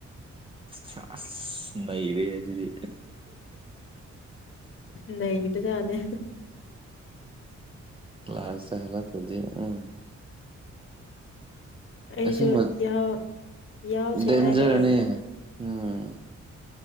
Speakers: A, on the right (about 20°); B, on the left (about 45°).
A: ꯁꯥꯁ ꯅꯩꯔꯦꯍꯦ ꯑꯗꯨꯗꯤ
B: ꯅꯩꯕꯖꯥꯠꯅꯦ
A: ꯂꯥꯁ ꯇ ꯍꯜꯂꯛꯇ꯭ꯔꯗꯤ ꯑꯪ
B: ꯑꯩꯁꯨ
A: ꯑꯁꯦꯡꯕ
B: ꯌꯥꯎ ꯌꯥꯎꯁꯦ
A: ꯗꯦꯟꯖꯔꯅꯦ
B: ꯍꯥꯏꯔꯛꯑꯦ
A: ꯎꯝ